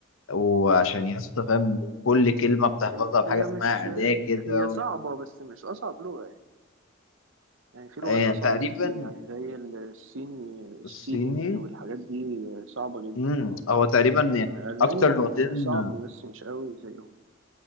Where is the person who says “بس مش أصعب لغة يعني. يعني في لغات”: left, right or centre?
Right